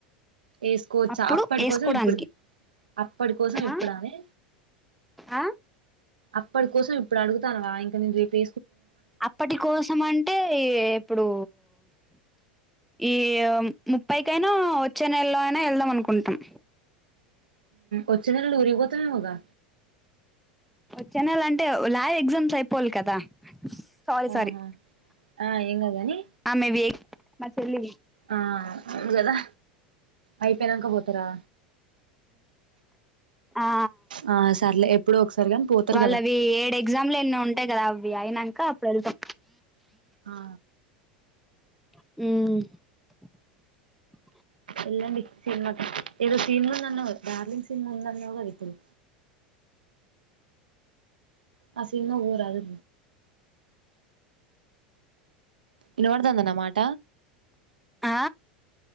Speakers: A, on the right; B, in the centre.
A: వేసుకోవచ్చా
B: అప్పుడు
A: అప్పటి
B: వేసుకోవడానికి
A: కోసం ఇప్పుడు అప్పటి కోసం
B: ఆ
A: ఇప్పుడ అని
B: ఆ
A: అప్పటి కోసం ఇప్పుడు అడుగుతానువా ఇంకా నేను రేపే
B: అప్పటి కోసం అంటే ఇప్పుడు ఈ ముప్పైకైనా వచ్చే నెలలో అయినా వెళ్దాం అనుకుంటాం
A: వచ్చి నెలలో ఊరికి పోతనవ్ గా
B: వచ్చనెల అంటే ల్యాబ్ ఎగ్జామ్స్ అయిపోవాలి కదా సారీ
A: ఆహా
B: సారీ
A: ఆ ఏం కాదు కానీ
B: ఆమెవి మ చెల్లి
A: ఆ అవు కదా అయిపోయినంక పోతారా
B: ఆ
A: ఆ సర్లే ఎప్పుడో ఒకసారి గాని పోతారు
B: వాళ్ళ
A: కదా
B: అవి ఏడు ఎగ్జామ్లు ఎన్ని ఉంటాయి కదా అవి అయినాక అప్పుడు వెళ్తా
A: ఆ
B: అ
A: ఎల్లండి సినిమా కి ఏదో సినిమందన్న డార్లింగ్ సినిమా ఉందన్న కదా ఇప్పుడు ఆ సినిమాకి పోరాదు వినపడుతుందా నా మాట
B: ఆ